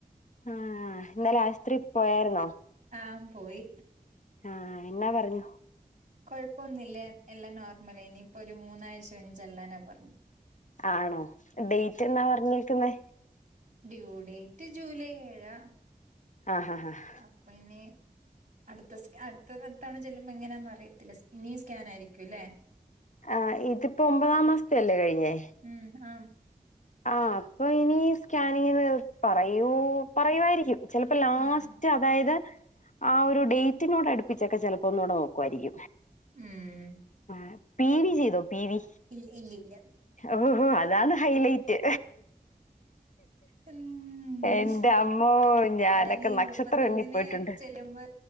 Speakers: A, on the left; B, on the right.
A: ആഹ് ഇന്നലെ ആശുത്രി പോയാര്ന്നോ?
B: ആഹ് പോയി.
A: ആഹ് എന്നാ പറഞ്ഞു.
B: കൊഴപ്പൊന്നുല്ല്യ, എല്ലാം നോർമലേനി ഇപ്പൊ ഒരു മൂന്നാഴ്ച കഴിഞ്ഞ് ചെല്ലാനാ പറഞ്ഞ്
A: ആണോ, ഡേയ്റ്റ് എന്നാ പറഞ്ഞെക്ക്ന്നേ
B: ഡ്യൂ ഡേയ്റ്റ് ജൂലൈ ഏഴാ.
A: ആഹ്, ഹാഹ്, ഹാഹ്
B: അപ്പ ഇനി അട്ത്താ സ്ക അട് ത്ത <unintelligible> ചെല്ല്മ്പോ എങ്ങനാന്ന് അറിയത്തില്ലാ ഇനിയും സ്കാൻ ആരിക്കും അല്ലേ?
A: ആഹ്, ഇത്പ്പോ ഒമ്പതാം മാസ്ത്തെ അല്ലേ കഴിഞ്ഞേ
B: ഉം, ആഹ്
A: ആഹ്, അപ്പൊ ഇനി സ്കാനിങ്ങിന് പറയൂ പറയുവാരിക്കും. ചെലപ്പം ലാസ്റ്റ്
B: ആഹ്
A: അതായത് ആഹ് ഒരു ഡേയ്റ്റിനോട് അട്പ്പിച്ചൊക്കെ ചെലപ്പോ ഒന്നൂടെ നോക്കു ആരിക്കും.
B: ഉം.
A: ആഹ്, പി. വി ചെയ്തോ പി. വി
B: ഇല് ഇല്ലില്ലാ
A: ഓഹോ അതാണ് ഹൈലൈറ്റ്
B: മ്
A: എന്റെ അമ്മോ ഞാനൊക്കെ
B: എടാ ഇനി
A: നക്ഷത്രം
B: മുപ്പത്തൊന്ന്ന്
A: എണ്ണി പോയിട്ടുണ്ട്
B: ചെല്ലുമ്പം